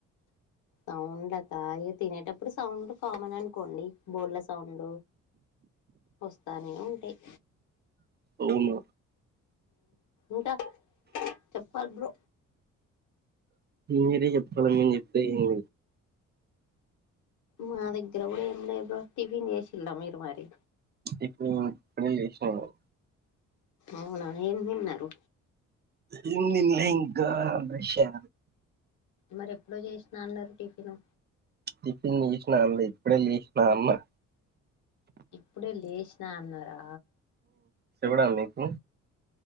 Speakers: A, on the left (about 75°); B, on the right (about 35°).
A: సౌండ్లాకా ఇగ తినేటప్పుడు సౌండ్ కామన్ అనుకోండి బిల్లా సౌండ్ వస్తానే ఉంటాయి
B: అవును
A: ఉంటా చెప్పాలి బ్రో
B: మీరే చెప్పాలి మేం చెప్తే ఏం
A: మా దగ్గర కూడా ఏం లే బ్రో టిఫీన్ చేసిల్లా మీరు మరి
B: ఇప్పుడు ఇపుడే చేసిన నేను
A: అవునా ఏం తిన్నారు
B: ఏం తిన్లే ఇంకా బ్రష్ ఏ
A: మరి ఎప్పుడో చేసినా అన్నారు టిఫిను
B: టిఫిన్ చేసినా అన్లే ఇప్పుడే లేసినా అన్న
A: ఇప్పుడే లేషినా అన్నారా
B: చేవుడా మీకు